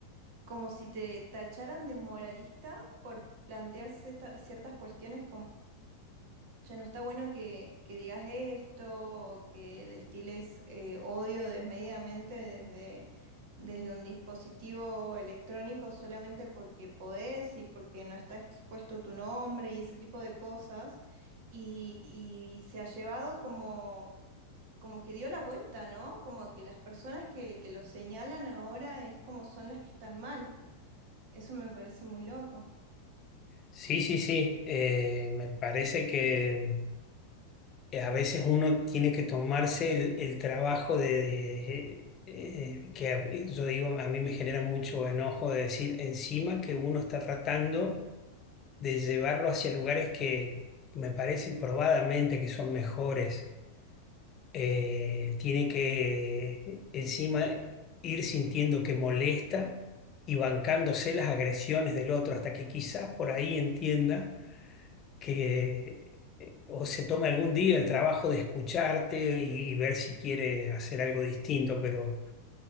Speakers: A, on the right; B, on the left.
A: como si te tacharan de moralista por plantear cierta- ciertas cuestiones Che, no está bueno que, que digas esto, o que destiles eh, odio desmedidamente desde, desde un dispositivo electrónico solamente porque podés y porque no está expuesto tu nombre y ese tipo de cosas. Y, y se ha llevado como, como que dio la vuelta, ¿no? Como que las personas que, que lo señalan ahora es como son las que están mal. Eso me parece muy loco.
B: Sí, sí, sí. eh, me parece que eh, a veces uno tiene que tomarse el, el trabajo de, de- eh, eh, que a- yo digo, a mí me genera mucho enojo de decir encima que uno está tratando de llevarlo hacia lugares que me parecen probadamente que son mejores. Eh, tiene que eh, encima ir sintiendo que molesta y bancándose las agresiones del otro hasta que quizás por ahí entienda que o se tome algún día el trabajo de escucharte y ver si quiere hacer algo distinto, pero